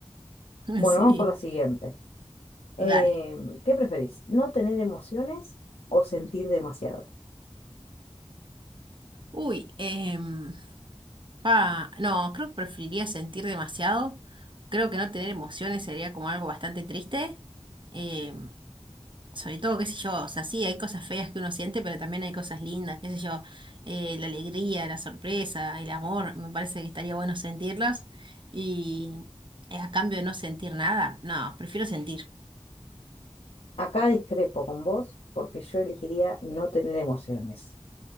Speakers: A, on the right; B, on the left.
A: <laughs>
B: Bueno,
A: Sí,
B: vamos por la siguiente. Eh,
A: dale.
B: ¿qué preferís? ¿No tener emociones o sentir demasiado?
A: Uy, em, Ah, no, creo que preferiría sentir demasiado. Creo que no tener emociones sería como algo bastante triste. Eh, sobre todo, qué sé yo, o sea, sí, hay cosas feas que uno siente, pero también hay cosas lindas, qué sé yo, eh, la alegría, la sorpresa, el amor, me parece que estaría bueno sentirlos. Y eh, a cambio de no sentir nada, no, prefiero sentir.
B: Acá discrepo con vos porque yo elegiría no tener emociones,